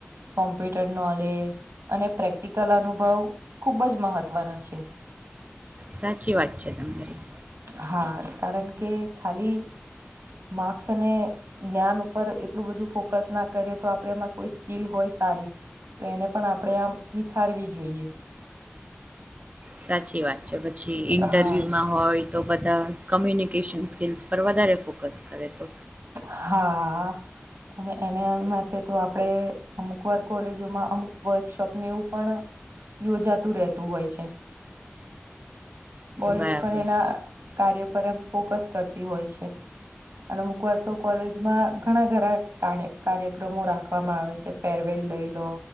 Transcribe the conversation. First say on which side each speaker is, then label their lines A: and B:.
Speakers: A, on the right (about 70°); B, on the right (about 30°).
A: કોમ્પ્યુટર નોલેજ, અને પ્રેક્ટિકલ અનુભવ ખુબ જ મહત્વના છે. <inaudible>
B: સાચી વાત છે, તમારી
A: હા, કારણ, કે ખલી માર્ક્સ અને જ્ઞાન ઉપર એટલુ બધુ ફોકસના કરે તો આપડે એમાં કોઈ સ્કીિલ હોય, સારી તો એને પણ આપણે, આમ નિખારવી જોઈએ
B: સાચી વાત છે, પછી ઇન્ટરવ્યુમાં
A: હા,
B: હોય તો બધા કમ્યુનિકેશન, સ્કિલ્સ પર વધારે ફોકસ કરે તો.
A: હા, આ અને એના માટે, તો આપડે અમુક વાર કોલેજોમાં અમુક વર્કશોપને એવું પણ યોજાતુ, રહેતું હોય છે. કોલેજ
B: બરાબર
A: પણ એના કાર્ય, પર એમ ફોકસ કરતી હોય છે. અને અમુક વાર, તો કોલેજમાં ઘણા ઘરા કાર્યક્રમો રાખવામા આવે છે. ફરવેલ લઈ લો